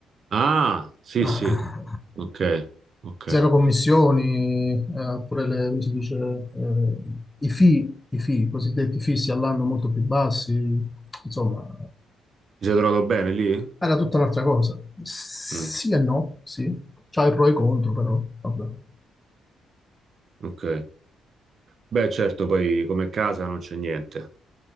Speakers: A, on the right; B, on the left.
A: Ah, sì,
B: Ah,
A: sì,
B: ah,
A: ok, ok.
B: zero commissioni, eh, pure le, come si dice, eh, i fee, i fee, i cosiddetti fissi all'anno molto più bassi, insomma,
A: Ti sei trovato bene lì?
B: Era tutta un'altra cosa. Sì
A: Mm,
B: e no, sì. C'ha i pro e i contro, però vabbè.
A: ok. Beh, certo, poi come casa non c'è niente